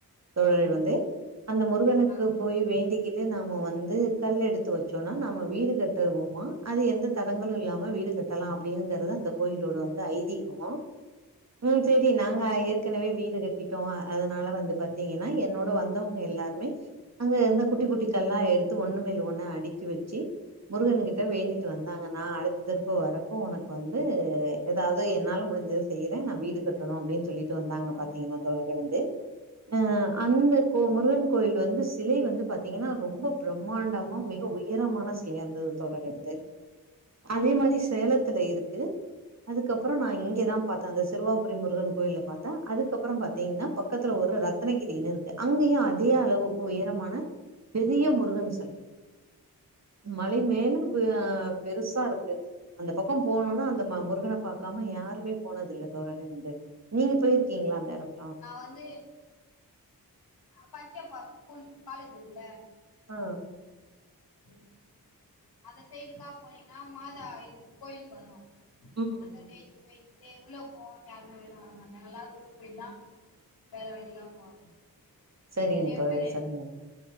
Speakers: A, on the right; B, on the left.
A: தோழி
B: ம்
A: வந்து அந்த முருகனுக்கு
B: ஆ சொல்லுங்க
A: போயி வேண்டிக்கிட் டு நாம வந்து கல் எடுத்து வச்சோனா நாம வீடு கட்டுவோமா அது எந்த தடங்களு இல்லாம வீடு கட்ட லா அப்பிடிங்கிறது அந்த கோயிலோட வந்து ஐதீகோ ம் செரி நாங்க
B: ஆ ம்
A: ஏற்கனவே வீடு கட்டிட்டோ அதனால வந்து பாத்தீங்கன்னா என்னோட வந்தவங்கே எல்லாருமே அங்க இருந்த குட்டி குட்டி கல்லா எடுத்து ஒண்ணு மேல ஒண்ணு அடுக்கி வெச்சி முருகனுகிட்ட வேண்டிட்டு
B: ம்
A: வந்தாங்க நா அடுத்த திருப்பு வரப்போ உனக்கு வந்து எதாவ்து என்னால முடிஞ்சத செய்றே நா வீடு கட்டணு அப்டின் சொல்லிட்டு வந்தாங்க
B: ஆ
A: பா்த்தீங்கன்னா தோழரே வந்து அ அந்த கோ முருகன் கோயில் வந்து சிலை வந்து பாத்தீங்கன்னா ரொம்ப பிரம்மாண்டமா
B: ம்
A: மிக உயரமான சிலை அந்த தோழரே வந்து அதே மாரி சேலத்துல இருக்கு அதுக்கப்றோ நா இங்கேதா
B: ம்
A: பாத்தே அந்த சிறுவாபுரி முருகன் கோயில பாத்தே அதுக்கப்றோ பாத் பாத்தீங்கன்னா பக்கத்துல ஒரு ரத்னகிரினு இருக்கு அங்கயு அதே அளவுக்கு உயரமான பெரிய முருகன் சிலை மலை மேல அ பெருசா இருக்கு அந்த பக்கோ போனுனா அந்த ம முரு கன பாக்காம
B: ம்
A: யாருமே போனதில்ல தோழரே வந்து நீங்க போயிருக்கீங்ளா அந்த எடம்
B: நா வந்து பச்சையப்பாஸ் ஸ்கூல் காலேஜ் இருக்குல
A: ஆ
B: ம் அந்த சைடுக்கா போனீங்கன்னா மாதா இது கோயில் வரும்
A: ம்,
B: அந்த
A: ம்.
B: சைடு போயி ட்டு உள்ள போவாங்க யாருமே வெளில வரமாட்டாங்க எல்லாரு உள்ள போய்ட் தா த வெளில போவாங்க
A: செரிங்க
B: நெறைய
A: தோழி
B: பேரு
A: செரிங்க